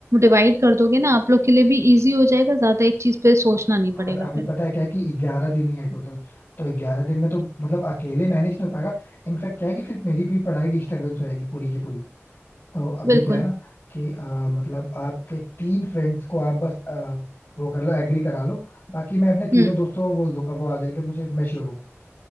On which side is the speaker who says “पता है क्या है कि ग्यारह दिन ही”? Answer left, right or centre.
Left